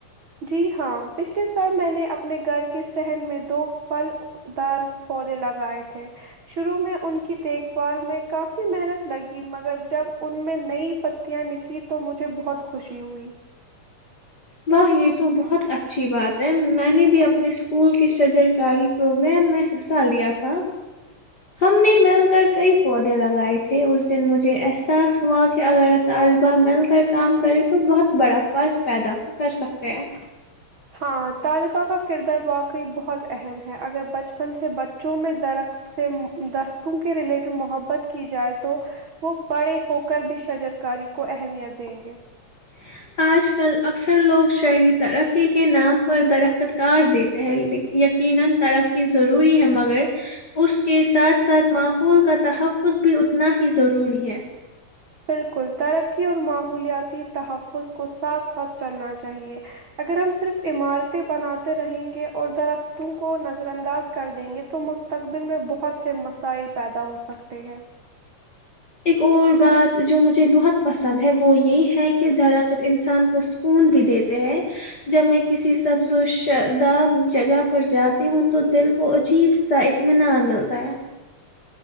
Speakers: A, on the right (about 65°); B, on the left (about 45°).
A: جی ہاں پچھلے سال میں نے اپنے گھر کے سحن میں دو پھل دار پودے لگائے تھے شروع میں ان کی دیکھ بھال میں کافی محنت لگی مگر جب ان میں نئی پتیاں نکلی تو مجھے بہت خوشی ہوئی
B: واہ یہ تو بہت اچھی بات ہے میں نے بھی اپنے اسکول کے شجرکاری پروگرام میں حصہ لیا تھا ہم نے مل کر کئی پودے لگائے تھے اس دن مجھے احساس ہوا کہ اگر طالبہ مل کر کام کرے تو بہت بڑا فرق پیدا کر سکتے ہیں
A: ہاں طالبہ کا کردار واقعی بہت اہم ہے اگر بچپن سے بچوں میں درخت سے درختوں کے ریلیٹڈ محبت کی جائے تو وہ بڑے ہوک بھی شجرکاری کو اہمیت دیں گے
B: <inaudible>
A: بالکل ترقی اور ماحولیاتی تحفظ کو ساتھ ساتھ چلنا چاہیے اگر ہم صرف عمارتیں بناتے رہیں گے اور درختوں کو نظر انداز کر دیں گے تو مستقبل میں بہت سے مسائل پیدا ہو سکتے ہیں
B: ایک اور بات جو مجھے بہت پسند ہے وہ یہی ہے کہ درخت انسان کو سکون بھی دیتے ہے جب میں کسی سبز و شداب جگہ پر جاتی ہوں تو دل وہ عجیب سحت میںین ملتا ہے